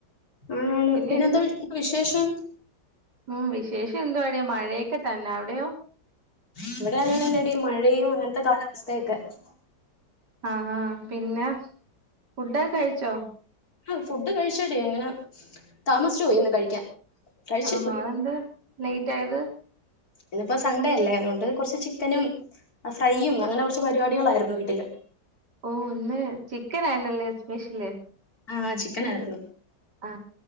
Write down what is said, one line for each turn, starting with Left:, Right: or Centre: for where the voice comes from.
Left: ആണാ ണ്
Right: പിന്നെ
Left: പിന്നെന്താ
Right: എന്ത്
Left: വിശേഷം
Right: ഉം വിശേഷം എന്തുവാടി മഴയൊക്കെ തന്നെ അവിടെയോ
Left: ഇവിടെ അങ്ങനെന്നെടി മഴയും അങ്ങനത്തെ കാ <unintelligible>
Right: ആ ആ പിന്നെ ഫുഡൊ
Left: പിന്നെ
Right: കഴിച്ചോ
Left: ആ ഫുഡ് കഴിച്ചെടി അങ്ങനെ താമസിച്ചു പോയിന്ന് കഴിക്കാൻ കഴിച്ചു
Right: ആ
Left: ഇപ്പൊ.
Right: അതെന്ത് ലെയ്റ്റായത്
Left: ഇന്നിപ്പോ സൺഡേ അല്ലേ അതുകൊണ്ട് കൊറച്ച് ചിക്കനും ഫ്രൈയും അങ്ങനെ കൊറച്ച് പരിപാടികളായിരുന്നു വീട്ടില്
Right: ഓ ഒന്ന് ചിക്കൻ ആണല്ലേ സ്പെഷ്യല്
Left: ആ ചിക്കൻ ആയിരുന്നു
Right: ആ